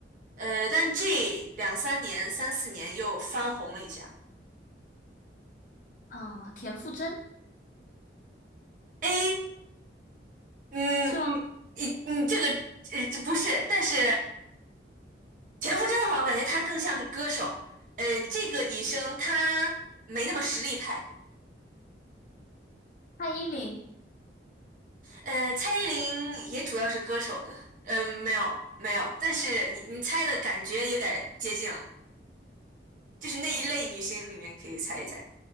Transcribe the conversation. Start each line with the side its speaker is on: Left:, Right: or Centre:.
Right: 呃，但这两三年、三四年又翻红了一下。
Left: 嗯，田馥甄
Right: 哎，嗯，
Left: 是吗？
Right: 你你你这个呃这不是，但是田馥甄的话，我感觉她更像是歌手。呃，这个女生她没那么实力派。
Left: 蔡依林，
Right: 呃，蔡依林也主要是歌手的。呃，没有没有，但是你你猜的感觉有点接近了，就是那一类女星里面可以猜一猜。